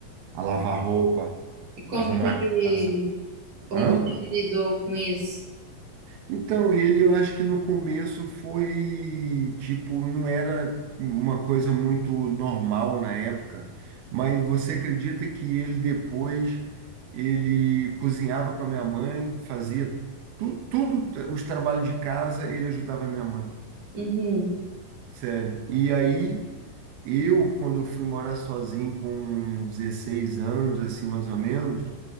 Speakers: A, on the right; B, on the right.
A: a lavar roupa,
B: E como
A: arrumar
B: que
A: a
B: ele,
A: casa.
B: como
A: Hã?
B: que ele lidou com isso?
A: Então, ele eu acho que no começo foi tipo, não era uma coisa muito normal na época, mas você acredita que ele depois ele cozinhava com a minha mãe, fazia tu, tudo os trabalhos de casa, ele ajudava a minha mãe.
B: Uhum,
A: Sério. E aí eu, quando eu fui morar sozinho com 16 anos, assim mais ou menos,